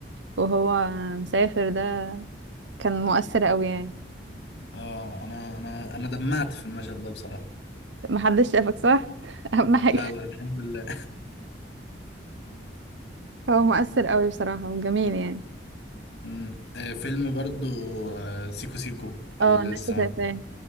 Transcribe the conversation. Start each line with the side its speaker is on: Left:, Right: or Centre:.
Right: وهو مسافر ده كان مؤثر قوي يعني
Left: اه انا انا انا دمعت في المشهد ده بصراحة
Right: محدش شافك صح <laughs> اهم حاجة
Left: لا لا الحمد لله
Right: هو مؤثر قوي بصراحة وجميل يعني
Left: مم. آه، فيلم برضو آه، سيكو سيكو
Right: اه
Left: اللي
Right: الناس
Left: لسه
Right: شايفاه